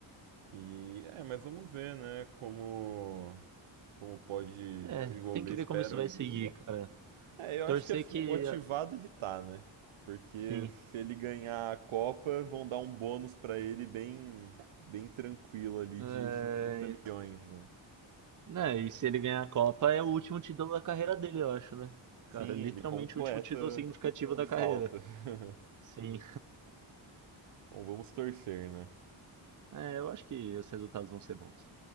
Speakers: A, on the right; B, on the right.
A: E é, mas vamos ver, né? Como, como pode
B: É,
A: desenvolver.
B: tem que
A: Espero
B: ver como isso vai
A: que
B: seguir, cara.
A: É, eu
B: Torcer
A: acho que assim,
B: que,
A: motivado ele tá, né? Porque
B: sim.
A: se ele ganhar a Copa, vão dar um bônus pra ele bem, bem tranquilo ali
B: É,
A: de 50 milhões, né?
B: Né, e se ele ganhar a Copa, é o último título da carreira dele, eu acho, né?
A: Sim,
B: Cara, literalmente
A: ele completa
B: o último título significativo
A: o que
B: da
A: falta.
B: carreira.
A: <laughs>
B: Sim.
A: Bom, vamos torcer, né?
B: É, eu acho que os resultados vão ser bons.